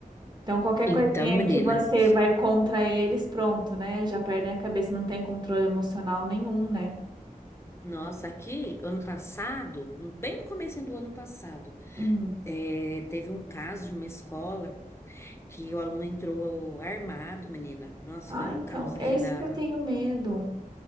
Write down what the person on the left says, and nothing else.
Então,
menina,
nossa, aqui, ano passado, no- bem no comecinho do ano passado,
é, teve um caso de uma escola que o aluno entrou armado, menina. Nossa,
foi um
caos aqui
na...